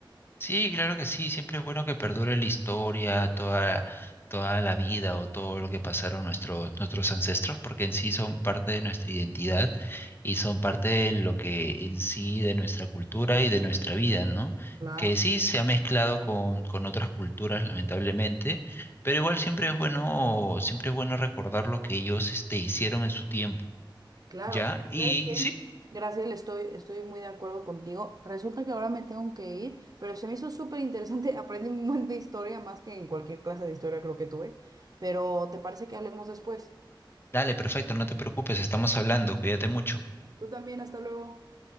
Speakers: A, on the left (about 25°); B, on the right (about 45°).
A: Sí, claro que sí, siempre es bueno que perdure la historia, toda, toda la vida o todo lo que pasaron nuestros, nuestros ancestros, porque en sí son parte de nuestra identidad y son parte de lo que en sí de nuestra cultura y de nuestra vida, ¿no?
B: Claro,
A: Que sí se ha mezclado con, con otras culturas, lamentablemente, pero igual siempre es bueno, siempre es bueno recordar lo que ellos este, hicieron en su tiempo,
B: claro.
A: ¿ya? Y
B: ¿Sabes qué?
A: sí,
B: Gracias, estoy, estoy muy de acuerdo contigo. Resulta que ahora me tengo que ir, pero se me hizo súper interesante. <laughs> Aprendí un montón de historia, más que en cualquier clase de historia creo que tuve. Pero ¿te parece que hablemos después?
A: dale, perfecto, no te preocupes, estamos hablando, cuídate mucho.
B: Tú también, hasta luego.